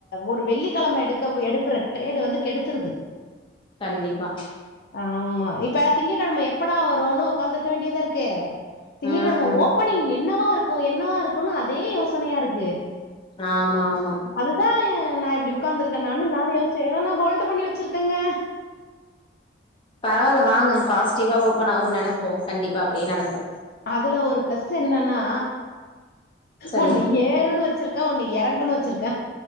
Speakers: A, on the left (about 60°); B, on the left (about 30°).
A: ஒரு வெள்ளிக்கெழம எடுக்க போ எடுக்குற ட்ரேடு வந்து கெடுத்துருது
B: கண்டிபா
A: ஆமா இப்ப திங்க்கெழம எப்படா வருனு உக்காந்துருக்க வேண்டியதாருக்கு திங்கக்கெழம
B: ம்
A: ஓப்பனிங் என்னவா இருக்கு என் னவா இருக் அதே யோசனையா இருக்கு
B: ஆமா ஆமா
A: அதுதா நா இப்டி உக்காந்துருக்கனானு நானு யோஸ்ச்ச ஏனா நா ஹோல்டு பண்ணி வச்சிருக் கங்க
B: பரவால்ல வாங்க பாசிட்டிவா ஓப்பன் ஆவுன் நெனப்போ கண்டிப்பா அப்டியே நடக்கு
A: அதுல ஒரு ப்ளஸ்ஸு என்னன்னா
B: சொல்லுங்க
A: ஒண்ணு ஏறுனு வெ ச்சிருக்க ஒன்னு எறங்குனு வச்சிருக்க